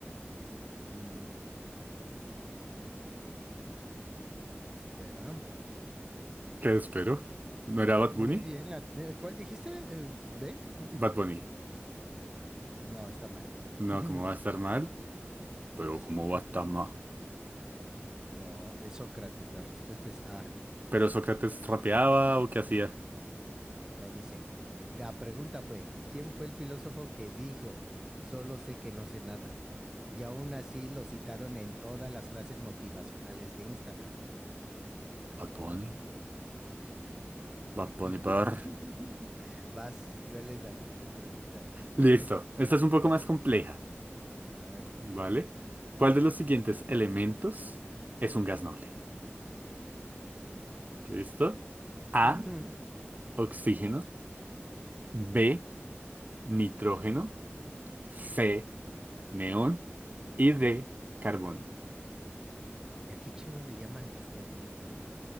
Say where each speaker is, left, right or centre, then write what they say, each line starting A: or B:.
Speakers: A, on the right (about 15°); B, on the right (about 40°).
A: Mm, espera.
B: ¿Qué espero? ¿No era Bad
A: Muy
B: Bunny?
A: bien, la, de- ¿cuál dijiste? Eh, ¿B?
B: Bad Bunny.
A: No, está mal.
B: No, ¿cómo
A: <laughs>
B: va a estar mal? Pero
A: Sí,
B: ¿cómo va a estar mal?
A: no, es Sócrates. La respuesta es A.
B: ¿Pero Sócrates rapeaba o qué hacía?
A: No dice. La pregunta fue, ¿quién fue el filósofo que dijo, solo sé que no sé nada? Y aún así lo citaron en todas las frases motivacionales de Instagram.
B: Bad Bunny. Bad Bunny
A: <laughs>
B: Bar.
A: Vas, ¿cuál es la, la pregunta? <laughs>
B: Listo. Esta es un poco más compleja,
A: A ver.
B: ¿vale? ¿Cuál de los siguientes elementos es un gas noble? ¿Listo? A,
A: Ujú.
B: oxígeno, B, nitrógeno, C, neón y D, carbono.
A: ¿Y a qué chingos le llaman gas noble, güey?